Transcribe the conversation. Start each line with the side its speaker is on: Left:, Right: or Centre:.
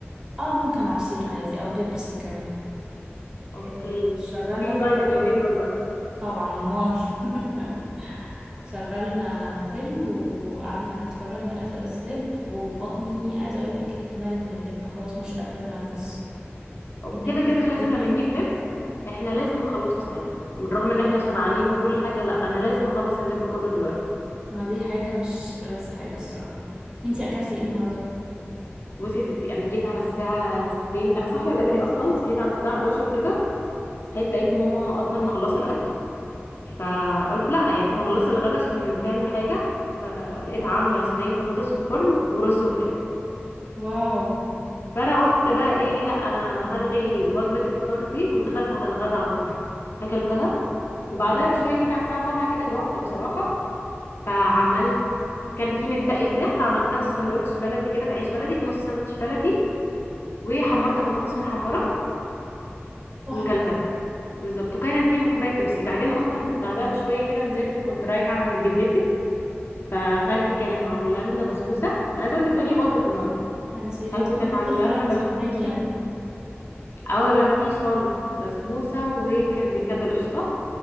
Right: اه ممكن عصير عادي او بيبسي كمان
Left: اوكي
Right: إيه، شغلنا
Left: مفيش
Right: فيلم
Left: دايت اليومين دول بقى
Right: طبعا امال <laughs> شغلنا فيلم وقعدنا نتفرج نقزقز لب وبطني عايزه اقول لك اتملت من اللب خلاص مش قادره اتنفس
Left: أو-
Right: اللب
Left: كده كده لازم
Right: تقيل.
Left: لما نجيب لب احنا لازم نخلصه في ساعتها بالرغم ان احنا شبعانين وكل حاجة لا انا لازم اخلص اللب كله دلوقتي
Right: ما دي حاجه مش ألذ حاجه الصراحه وانتي اكلتي ايه النهارده
Left: بصي يا ستي انا جيت على الساعة 2 انا صاحية بدري اصلا صحيت على الساعة 11 كده صحيت لقيت ماما اصلا مخلصة الاكل فقلت لا هي كانت مخلصه الغدا عشان كانت بتعمل حاجه فلقيتها عامله صينيه بطاطس في الفرن ورز وفراخ
Right: واو
Left: فانا قلت بقى ايه لا انا هلغي وجبه الفطار دي ودخلت على الغدا على طول فاكلتها وبعدها بشويه جيت على الساعه 7 كده جعت بصراحه فعملت كان في متبقي فراخ عملتها في ساندوتش بلدي كده في عيش بلدي في نص ساندوتش بلدي وحمرت بطاطس محمره
Right: تحفة
Left: وكلتها بالظبط وكان في كوبايه بيبسي بعدين اصلا بعدها بشويه كده نزلت كنت رايحه عند جدتي فخالتي كانت عامله لنا بسبوسه انا عايزه اقولك الدنيا باظت النهارده
Right: ده انت واضح
Left: خالته كانت
Right: ان انت
Left: عامله
Right: خربتي
Left: لنا بسبوسه
Right: الدنيا
Left: اه لا مفيش خالص بسبوسه وكان بيتكتب بالقشطه